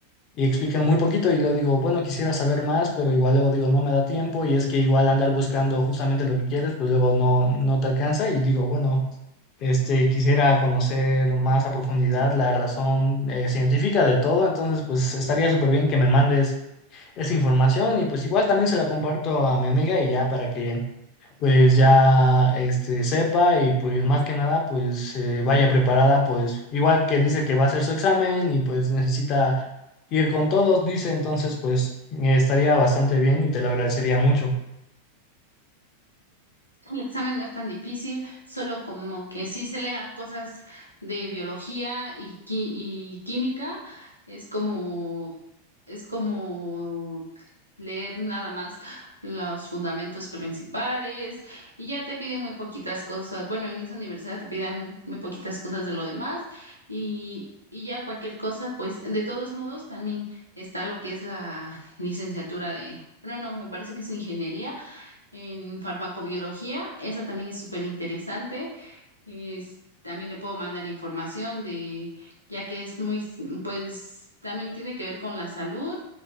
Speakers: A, on the left; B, on the right.
A: y explican muy poquito y yo digo, bueno, quisiera saber más, pero igual luego digo, no me da tiempo y es que igual andar buscando justamente lo que quieres, pues luego no, no te alcanza y digo, bueno, este, quisiera conocer más a profundidad la razón eh, científica de todo, entonces pues estaría súper bien que me mandes esa información y pues igual también se la comparto a mi amiga y ya para que pues ya este, sepa y pues más que nada pues eh, vaya preparada, pues igual que dice que va a hacer su examen y pues necesita ir con todos, dice, entonces pues eh, estaría bastante bien y te lo agradecería mucho.
B: El examen no es tan difícil, solo como que sí se lea cosas de biología y, qui- y química. Es como Es como leer nada más los fundamentos principales y ya te piden muy poquitas cosas. Bueno, en esa universidad te piden muy, muy poquitas cosas de lo demás y, y ya cualquier cosa, pues de todos modos también está lo que es la licenciatura de... Bueno, no, me parece que es ingeniería en farmacobiología. Esa también es súper interesante es, también le puedo mandar información de, ya que es muy, s- pues también tiene que ver con la salud